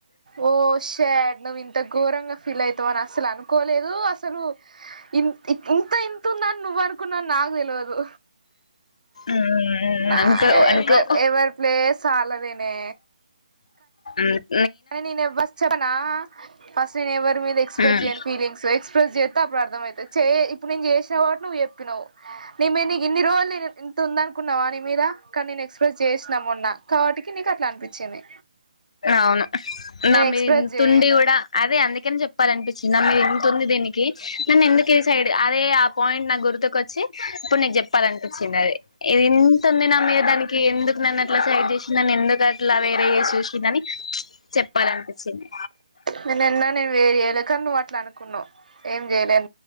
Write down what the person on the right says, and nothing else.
ఓ షట్ నువ్వు ఇంత ఘోరంగా ఫీల్ అయి అని అసలు అనుకోలేదు అసలు ఇంత ఇంతంద నువ్వనుకున్నది నాకు తెలివదు
నా
ఎవ
ఎవ్వరి ప్లేస్ వాల్లదేనే
కానీ నేను <unintelligible> ఫస్ట్ నేను ఎవ్వరి మీద ఎక్స్ప్రెస్
జేయను ఫీలింగ్స్ ఎక్స్ ఫ్రెస్ చేస్తే అప్పుడు అర్థమైతది చే ఇప్పుడు నేను చేసిన కావటు నువ్వు చెప్పినావ్ నీ మీద నీకు ఇన్ని రోజులు ఇంత ఉందనుకున్నావా నీ మీద కానీ నేను ఎక్స్ప్రెస్ చేసినా మొన్నా కాబట్టి కి నీకు అట్లా అనిపిచ్చింది
ఎక్స్ప్రెస్
చేయను
నేనన్నా నేను వేరు చేయలే కానీ నువ్వు అట్లా అనుకున్నావు ఏం చేయలేం